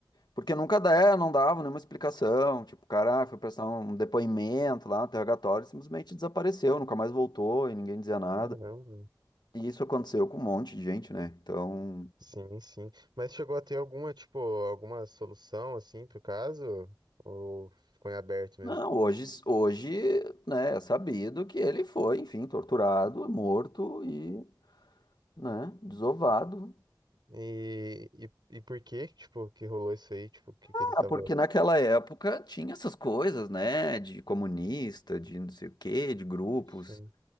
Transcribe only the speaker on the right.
Caramba.
Sim, sim. Mas chegou a ter alguma, tipo, alguma solução, assim, pro caso? Ou ficou em aberto mesmo?
E, e, e por que, tipo, que rolou isso aí? Tipo, o que, que ele
tava...
Sim.